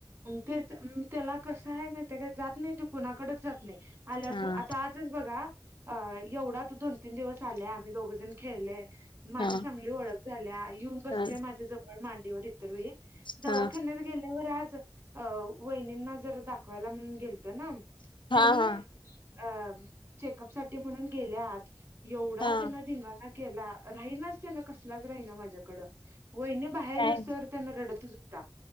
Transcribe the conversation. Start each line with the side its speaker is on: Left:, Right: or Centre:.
Right: तेच त्याला कसं आहे त्या जात नाही ते कुणाकडेच जात नाही आल्या
Left: हा
Right: आता बघा एवढा तू दोन तीन दिवस आले आम्ही दोघ जण खेळले माझी
Left: हा
Right: चांगली ओळख झाल्या येऊन बसते
Left: हा
Right: माझ्या जवळ मांडीवर इतर वे दवाखान्या
Left: हा
Right: गेल्यावर आज अ वहिनींना जर दाखवायला म्हणून गेलत ना त्यांनी
Left: हा हा
Right: अ चेकअप साठी म्हणून गेले आत एवढा
Left: हा
Right: त्यांना धिंगाणा केला राहिनाच त्यांना कसलाच राहीना माझ्याकडं होईने बाहेर
Left: नाही
Right: व्यवस्तवर त्यांना रडतच होता